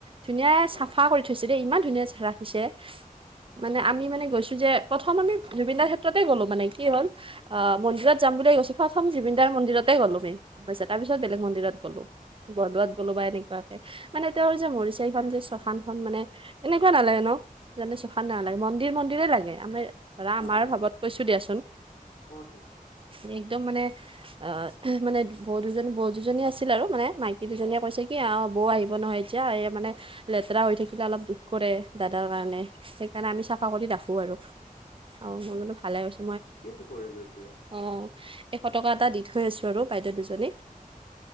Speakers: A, on the right; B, on the left.
A: ধুনীয়া
B: হা
A: চাফা কৰি থৈছে দেই ইমান ধুনীয়া ৰাখিছে। মানে আমি মানে গৈছো যে প্ৰথম আমি জুবিন দাৰ ক্ষেত্ৰতে গ'লো মানে, কি হ'ল অ', মন্দিৰত যাম বুলিয়ে গৈছো প্ৰথম জুবিন দাৰ মন্দিৰতে গ'লো আমি, পাইছা তাৰপিছত বেলেগ মন্দিৰত গ'লো। বৰদোৱাত গ'লোবা এনেকুৱাকে। মানে তেওঁৰ যে মৰিচে এইখন যে চখান খন মানে, এনেকে নালাগে ন'? যেনে চখান নালাগে মন্দিৰ- মন্দিৰে লাগে আমিৰ ধৰা
B: হা
A: আমাৰ
B: হা
A: ভাৱত কৈছো দিয়াচোন
B: অ তো
A: মানে একদম মানে অ, মানে বৌ দুজন -বৌ দুজনী আছিল আৰু মানে মাইকী দুজনীয়ে কৈছে কি অ, বৌ আহিব নহয় এতিয়া এ মানে লেতৰা হৈ থাকিলে অলপ দুখ কৰে দাদাৰ কাৰণে সেইকাৰণে আমি চাফা কৰি ৰাখো আৰু। অ, মই বুলো ভালে পাইছোঁ।
B: ঠিকেইটো কৰে গৈ পেলে।
A: অ, এশ টকা এটা দি থৈ আহিছোঁ আৰু বাইদেউ দুজনীক।